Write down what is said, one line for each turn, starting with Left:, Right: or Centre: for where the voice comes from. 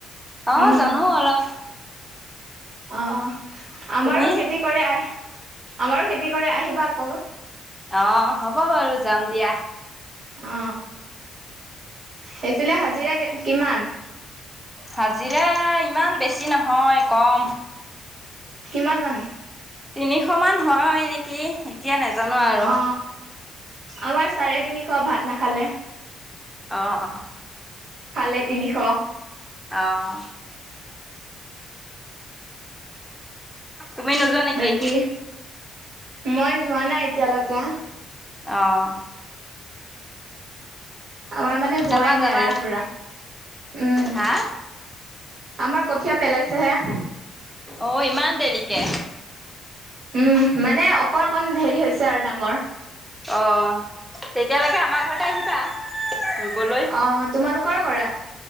Centre: অ,
Right: উম
Centre: জানো অলপ।
Right: অহ, আমাৰো
Centre: তুমি?
Right: খেতি কৰে আহ, আমাৰো খেতি কৰে, আহিবা আকৌ।
Centre: অ, হ'ব বাৰু যাম দিয়া।
Right: অ সেইফালে হাজিৰা কিমান?
Centre: হাজিৰা ইমান বেছি নহয়, কম।
Right: কিমান মান?
Centre: তিনিশ মান হয় নেকি, এতিয়া নাজানো আৰু।
Right: অ আমাৰ চাৰে তিনিশ, ভাত নাখালে।
Centre: অ'হ
Right: খালে তিনিশ।
Centre: অহ। তুমি নোযোৱা নেকি?
Right: বাকি, মই যোৱা নাই এতিয়ালৈকে।
Centre: অহ।
Right: আমাৰ মানে হোৱাই
Centre: যাবা
Right: নাই
Centre: যাবা
Right: আৰু পুৰা, উম।
Centre: হা
Right: আমাৰ কঠিয়া পেলাইছেহে।
Centre: অহ ইমান দেৰিকে।
Right: উম মানে অকণ অকণ হেৰি হৈছে আৰু ডাঙৰ।
Centre: অহ তেতিয়ালৈকে আমাৰ ঘৰতে আহিবা ৰুবলৈ।
Right: অ তোমালোকৰো কৰা